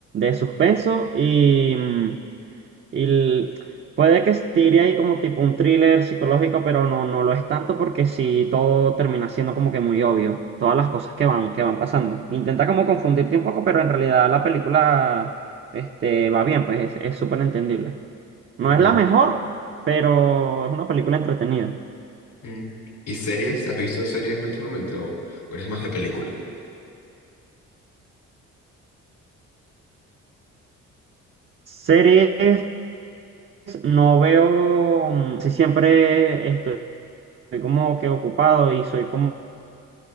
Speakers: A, on the right (about 40°); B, on the left (about 75°).
A: de suspenso y, mm, y el- puede que estire ahí como tipo un thriller psicológico, pero no, no lo es tanto porque sí todo termina siendo como que muy obvio, todas las cosas que van, que van pasando. Intenta como confundirte un poco, pero en realidad la película este, va bien, pues es es súper entendible. No
B: Mm.
A: es la mejor, pero es una película entretenida.
B: Mm. ¿Y series? ¿Has visto series últimamente o, o eres más de película?
A: Series, No veo, mm, si siempre estoy, estoy como que ocupado y soy como